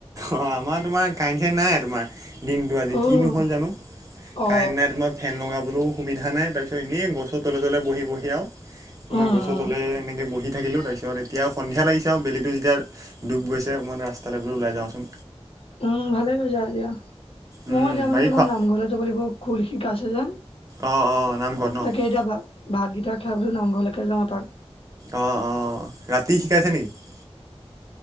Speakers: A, on the right (about 30°); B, on the left (about 60°).
A: অ' আমাৰ তোমাৰ কাৰেণ্ট-চাৰেণ্ট নাই তোমাৰ। দিনটো আজি
B: অহ
A: কি নহ'ল জানো
B: অ
A: কাৰেণ্ট নাই তোমাৰ ফেন লগাবলৈও সুবিধা নাই। তাৰ পিছত এনেই গছৰ তলে তলে বহি-বহি আৰু তোমাৰ
B: উম
A: গছৰ
B: উম
A: তলে এনেকে বহি থাকিলো তাৰপিছত এতিয়া সন্ধিয়া লাগিছে আৰু বেলিো যেতিয়া ডুব গৈছে অকণমান ৰাস্তালৈ বোলো ওলাই যাওচোন।
B: উম, ভালে কৈছা এতিা
A: উম,
B: মই এতিয়া মানে
A: বাকী
B: তোমাৰ
A: খোৱা
B: নামঘৰলৈ যাব লাগিব খোল শিকা আছে যেন।
A: অঁ অঁ নামঘৰত ন
B: তাকে এতিয়া ভাতকেইটা খাইাবচোন নামঘলৈকে যাওঁ এপাক।
A: অহ-অহ ৰাতি শিকাইছে নেকি?